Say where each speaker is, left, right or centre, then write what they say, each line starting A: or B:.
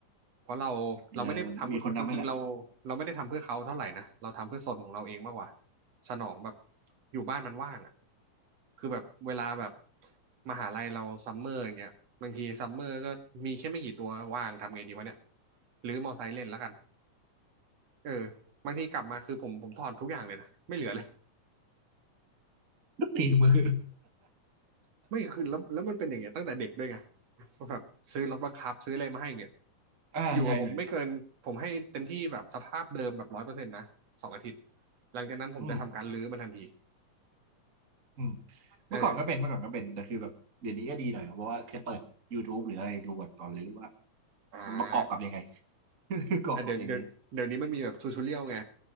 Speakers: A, on the right; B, on the right.
A: เพราะเราเราไม่ได้ทำเพื่อจริงๆเรา
B: เออมีคนทำให้ละ
A: เราไม่ได้ทำเพื่อเขาเท่าไหร่นะเราทำเพื่อซนของเราเองมากกว่าสนองแบบอยู่บ้านมันว่างอ่ะคือแบบเวลาแบบมหาลัยเราซัมเมอร์อย่างเงี้ยบางทีซัมเมอร์ก็มีแค่ไม่กี่ตัวว่างทำไงดีวะเนี่ยหรือมอไซค์เล่นแล้วกันเออบางทีกลับมาคือผมผมถอนทุกอย่างเลยนะไม่เหลือเลย
B: ตีมือ
A: ไม่คือแล้วแล้วมันเป็นอย่างเงี้ยตั้งแต่เด็กด้วยไงแบบซื้อรถบังคับซื้ออะไรมาให้เงี้ย
B: อ่าใช่ใช่
A: อยู่กับผมไม่เกินผมให้เต็มที่แบบสภาพเดิมแบบร้อยเปอร์เซ็นต์นะสองอาทิตย์หลังจากนั้นผมจะทำการรื้อมันทันที
B: อืมอืมเมื่อก่อนก็เป็นเมื่อก่อนก็เป็นแต่คือแบบเดี๋ยวนี้ก็ดีหน่อยเพราะว่าจะเปิด
A: เออ
B: YouTube หรืออะไรดูก่อนหรือว่า
A: อ่า
B: มันประกอบกับยังไง <laughs> ประกอบกับยังไง
A: อ่ะเดี๋ยวเดี๋ยวเดี๋ยวนี้มันมีแบบทูทูเรียลไง